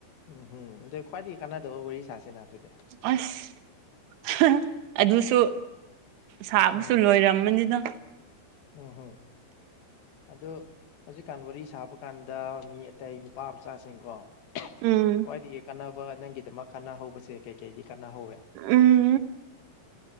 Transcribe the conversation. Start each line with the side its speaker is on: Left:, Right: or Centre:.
Left: ꯎꯝ ꯍꯝ ꯑꯗꯨꯗ ꯈ꯭ꯋꯥꯏꯗꯒꯤ ꯀꯥꯟꯅꯗꯕ ꯋꯥꯔꯤ ꯁꯥꯁꯤꯅ ꯍꯧꯖꯤꯛ
Right: ꯑꯁ ꯑꯗꯨꯁꯨ ꯁꯥꯕꯁꯨ
Left: ꯎꯝ
Right: ꯂꯣꯏꯔꯝꯃꯅꯤꯗ
Left: ꯎꯝ ꯍꯝ ꯑ ꯍꯧꯖꯤꯛꯀꯥꯟ ꯋꯥꯔꯤ ꯁꯥꯕ ꯀꯥꯟꯗ ꯃꯤ ꯑꯇꯩ ꯅꯨꯄꯥ ꯃꯆꯥꯁꯤꯡꯀꯣ
Right: ꯎꯝ
Left: ꯈ꯭ꯋꯥꯏꯗꯒꯤ ꯀꯥꯟꯅꯕ ꯅꯪꯒꯤꯗꯃꯛ ꯀꯥꯟꯅꯍꯧꯕꯁꯦ ꯀꯩꯀꯩꯗꯤ ꯀꯥꯟꯅꯍꯧꯋꯦ
Right: ꯎꯝ